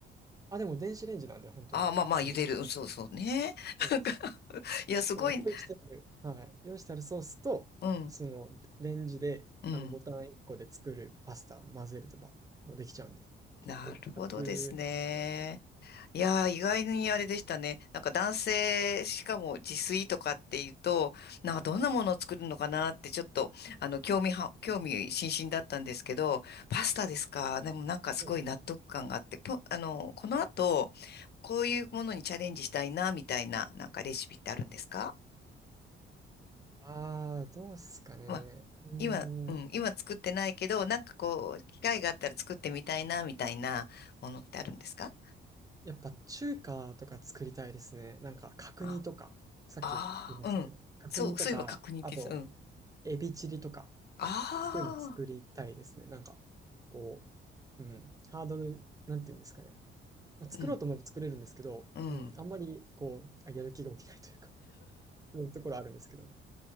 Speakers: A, on the right (about 20°); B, on the left (about 55°).
A: あ、でも電子レンジなんで、本当に、
B: ああ、まあまあ、
A: その、
B: 茹でる。うんそうそうね。
A: そうなんです。
B: なんかいや、すごい、
A: そう、用意してある、はい、用意してあるソースと、
B: うん、
A: そのレンジであのボタン1個で作るパスタを混ぜればもうできちゃうんで、
B: うん。
A: 結構楽なんですけど、
B: なるほどですね。いやー、意外にあれでしたね。なんか男性、しかも自炊とかっていうと、なんかどんなものを作るのかなってちょっと、あの、興味は、興味津々だったんですけど、パスタですか。でもなんかすごい納得感があって、
A: そうですね。
B: ぽあの、この後、こういうものにチャレンジしたいな、みたいな、なんかレシピってあるんですか
A: ああ、どうですかね。
B: まあ、
A: うーん。
B: 今、うん、今作ってないけど、なんかこう、機会があったら作ってみたいな、みたいなものってあるんですか
A: やっぱ中華とか作りたいですね。なんか角煮とか、
B: あ、
A: さっき言いましたけど、
B: ああ、うん。
A: 角煮とか、
B: そう、そういえば確認です。
A: あと、
B: うん。
A: エビチリとか、
B: ああ、
A: そういうの作りたいですね。なんか、こう、うん、ハードル、なんていうんですかね。まあ、作ろうと思えば作れるんですけど、
B: うん、うん。
A: うん、あんまりこう、あやる気が起きないというか、そういうところあるんですけどね。